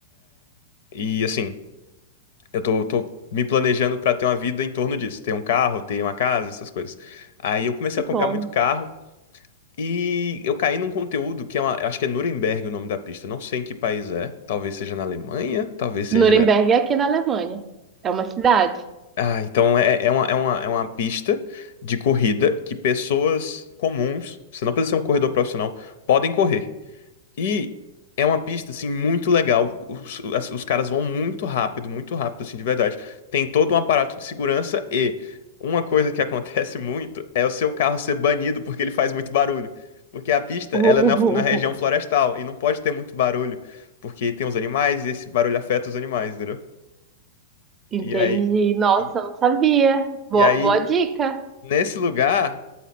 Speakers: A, on the left (about 60°); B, on the right (about 20°).
A: E, assim, eu tô, tô me planejando pra ter uma vida em torno disso, ter um carro, ter uma casa, essas coisas. Aí eu comecei
B: Que
A: a
B: bom.
A: comprar muito carro, e eu caí num conteúdo que é uma, eu acho que é Nuremberg o nome da pista, eu não sei em que país é, talvez seja na Alemanha, talvez seja...
B: Nuremberg é aqui na Alemanha. É uma cidade.
A: Ah, então é, é uma, é uma, é uma pista de corrida que pessoas comuns, você não precisa ser um corredor profissional, podem correr. E é uma pista, assim, muito legal. Os, as- os caras vão muito rápido, muito rápido, assim, de verdade. Tem todo um aparato de segurança e uma coisa que <laughs> acontece muito é o seu carro ser banido porque ele faz muito barulho. Porque a pista,
B: <laughs> Uh,
A: ela é na, na região florestal e não pode ter muito barulho, porque tem os animais e esse barulho afeta os animais, entendeu?
B: entendi.
A: E aí...
B: Nossa,
A: E,
B: eu não sabia. Boa,
A: e aí
B: boa dica.
A: Nesse lugar,